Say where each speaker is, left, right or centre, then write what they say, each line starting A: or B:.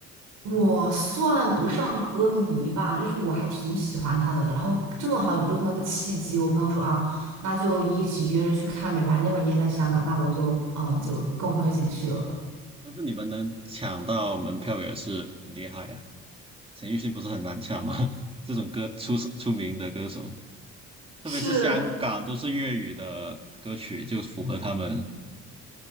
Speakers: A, on the right (about 75°); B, on the right (about 20°).
A: 我算不上歌迷吧，就是我还挺喜欢他的。然后正好有这么个契机，我朋友说啊，那就一起约着去看呗，反正那会儿你也在香港，那我就嗯、呃就跟我朋友一起去了。
B: 但是你们能抢到门票也是很厉害啊。陈奕迅不是很难抢吗？<laughs> 这种歌出出名的歌手，特别是香港都是粤语的歌曲，
A: 是
B: 就符合他们。